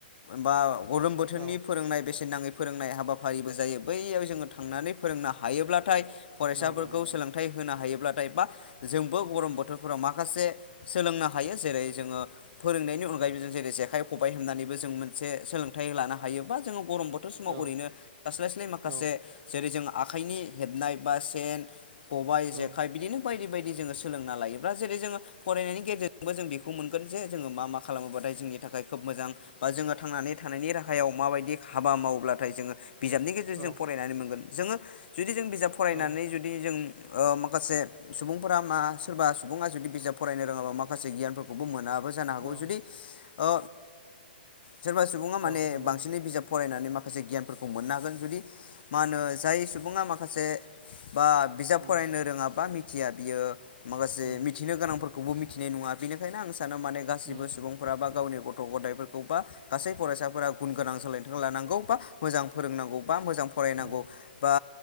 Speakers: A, on the left; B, on the right.
A: बा गरम बोथोरनि
B: औ
A: फोरोंनाय बेसेन नाङै फोरोंनाय हाबाफारिबो जायो बैयाव जोङो थांनानै फोरोंनो हायोब्लाथाय फरायसाफोरखौ
B: नंगौ नंगौ
A: सोलोंथाइ होनो हायोब्ला बा जोंबो गरम बोथोरफोराव माखासे सोलोंनो हायो जेरै जोङो फोरोंनायनि अनगायैबो जों जेरै जेखाइ खबाइ होननानैबो जों मोनसे सोलों थाय लानो हायोबा जोङो गरम बोथोर समाव
B: औ
A: ओरैनो थास्लायस्लाय माखासे
B: औ
A: जेरै जों आखाइनि हेबनाय बा सेन, खबाइ,
B: औ
A: जेखाय बिदिनो बायदि-बायदि जोङो सोलोंना लायोब्ला जेरै जोङो फरायनायनि गेजेरजोंबो जों बे खौ मोनगोन जे जोङो मा मा खालामोबाथाय जोंनि थाखाय खोब मोजां बा जोङो थांनानै थानायनि राहायाव माबायदि हाबा मावोब्लाथाय जोङो बिजाबनि गेजेरजों
B: औ
A: जों फरायनानै मोनगोन जोङो जुदि जों बिजाब
B: औ
A: फरायनानै जुदि जों अ माखासे सुबुंफोरा मा सोरबा सुबुङा जुदि बिजाब फरायनो रोङाबा माखासे गियानफोरखौबो मोना बोजानो हागौ
B: औ
A: जुदि अ सोरबा सुबुङा माने
B: औ नंगौ
A: बांसिनै बिजाब फरायनानै माखासे गियानफोरखौ मोननो हागोन जुदि मा होनो जाय सुबुङा माखासे बा बिजाब
B: उम
A: फरायनो रोङाबा मि थिया बियो माखासे
B: उम
A: मिथिनो गोनांफोर खौबो मिथिनाय नङा बेनिखायनो आं सानो माने गासिबो
B: उम
A: सुबुंफोरा बा गावनि गथ' गथायफोरखौ बा गासै फरायसाफोरा गुन गोनां सोलायदों लानांगौ बा मोजां फोरोंनांगौ। बा मोजां फरायनांगौ
B: उम
A: बा